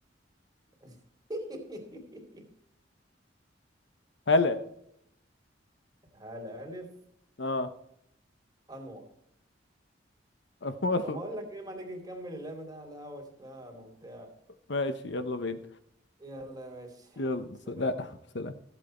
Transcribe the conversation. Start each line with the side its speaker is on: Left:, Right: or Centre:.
Right: <laughs>
Left: هلا
Right: على ألف
Left: اه
Right: أنور
Left: <laughs> مر
Right: طب ما أقول لك إيه ما نيجي نكمل اللعبة ده على القهوة شكلها ممتع
Left: ماشي يلا بينا
Right: يلا يا باشا
Left: يلا
Right: سلام
Left: سلام سلام